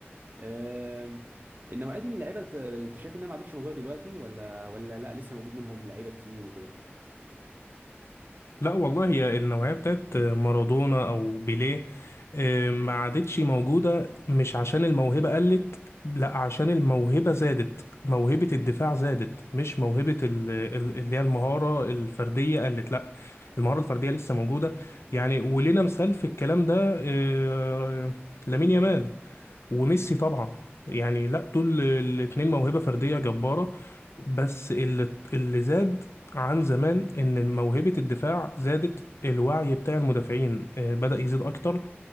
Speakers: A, on the right; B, on the left.
A: آم، النوعيه دي من اللعيبه ت- انت شايف انها ما عادتش موجوده دلوقتي ولا ولا لا لسه موجود منهم لعيبه كتير وكده
B: لا والله هي النوعية بتاعت مارادونا أو بيليه آه، ما عادتش موجودة مش عشان الموهبة قلت لا عشان الموهبة زادت موهبة الدفاع زادت مش موهبة ال- ال- اللي هي المهارة الفردية قلت لا المهارة الفردية لسه موجودة يعني ولنا مثال في الكلام ده آه، لامين يامال وميسي طبعا يعني لا دول الاتنين موهبة فردية جبارة بس اللي اللي زاد عن زمان ان موهبة الدفاع زادت الوعي بتاع المدافعين آه، بدأ يزيد اكتر